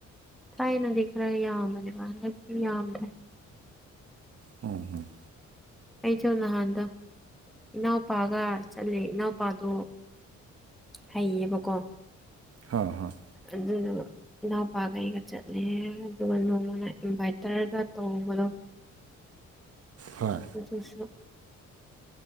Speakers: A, in the centre; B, on the right (about 50°).
A: ꯇꯥꯏꯅꯗꯤ ꯈꯔ ꯌꯥꯝꯕꯅꯦꯕ ꯍꯟꯗꯛꯇꯤ ꯌꯥꯝꯗ꯭ꯔ‌ꯦ
B: ꯎꯝ ꯎꯝ
A: ꯑꯩꯁꯨ ꯅꯍꯥꯟꯗꯣ ꯏꯅꯥꯎꯄꯥꯒ ꯆꯠꯂꯦ ꯏꯅꯥꯎ ꯅꯨꯄꯥꯗꯣ ꯍꯩꯌꯦꯕꯀꯣ
B: ꯍꯣꯏ ꯍꯣꯏ
A: ꯑꯗꯨꯅ ꯏꯅꯥꯎꯄꯥꯒꯩꯒ ꯆꯠꯂꯦ ꯑꯗꯨꯒ ꯅꯣꯡꯃꯅ ꯏꯟꯚꯥꯏꯇꯔꯒ ꯇꯧꯕꯗꯣ
B: ꯍꯣꯏ
A: ꯑꯗꯨꯁꯨ